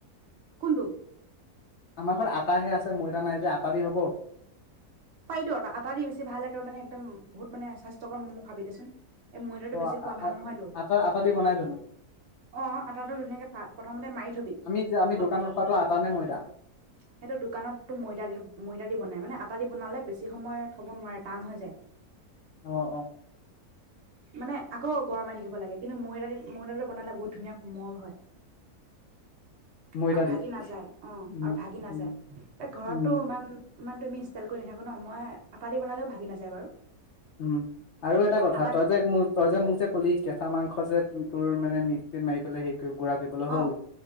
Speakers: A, on the right; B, on the left.
A: কোনটো
B: আমাৰ ঘৰত আটাহে আছে ময়দা নাই যে আটা দি হব
A: পাৰিটো আটা আটা দি বেছি ভাল তই মানে একদম বহুত মানে স্বাস্থ্যকৰ মম খাবি দেচোন এই ময়দাটো
B: অ
A: বেছি খোৱা
B: আ
A: ভাল
B: আ
A: নহয়তো
B: আটা আটা দি বনাই জানো
A: অ আটাটো ধুনীয়াকে প্ৰথমতে মাৰি থবি
B: আমি যে আমি
A: অলপ
B: দোকানত খোৱাটো আটা নে ময়দা
A: সেইটো দোকানতটো ময়দা দি ময়দা দি বনাই মানে আটা দি বনালে বেছি সময় থ'ব নোৱাৰে টান হৈ যায়
B: অ অ
A: মানে আকৌ গৰমাই থাকিব লাগে কিন্তু ময়দটো ময়দাটো বনালে বহুত ধুনীয়া কোমল হয়
B: ময়দা
A: আৰু
B: দি
A: ভাগি নাযায় অ
B: উম
A: আৰু ভাগি নাযায়
B: উম
A: এতিয়া ঘৰতটো
B: উম
A: ইমান ইমান তুমি ষ্টাইল কৰি নাথাকো ন মই আটা দি বনালেও ভাগি নাযায় বাৰু
B: উম আৰু এটা কথা
A: আটা
B: তই যে তই যে মোক যে কলি কে হাহ মাংস যে তোৰ মানে মিক্সিত মাৰি পেলাই সে গুৰা কৰি পেলোৱা
A: অ'
B: হ'ল